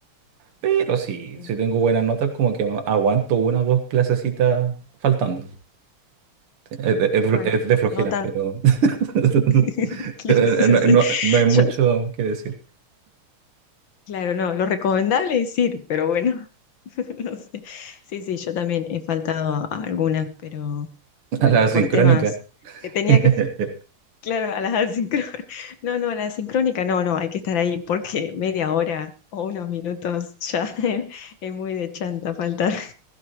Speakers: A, on the right; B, on the left.
A: Pero sí,
B: Ujú.
A: si tengo buenas notas, como que a- aguanto una o dos clasecitas faltando. Sí, Es de, es-
B: Bueno,
A: es de flojera,
B: no tan.
A: pero <laughs>
B: <laughs> Sí, sí.
A: no,
B: sí.
A: no- no hay mucho
B: Yo-
A: que decir.
B: claro, no, lo recomendable es ir, pero bueno, <laughs> no sé. Sí, sí, yo también he faltado a, a algunas, pero bueno,
A: A la sincrónica.
B: por temas que tenía
A: <laughs>
B: que, claro, a las asincrónicas, <laughs> no, no, a la asincrónica, no, no, hay que estar ahí porque media hora o unos minutos ya <laughs> es muy de chanta faltar,